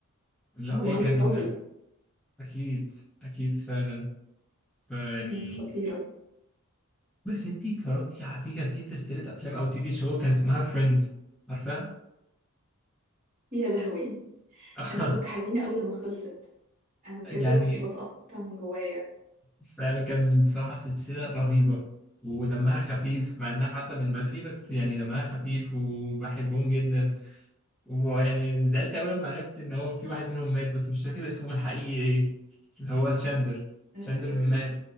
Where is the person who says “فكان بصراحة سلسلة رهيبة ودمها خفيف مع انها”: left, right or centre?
Centre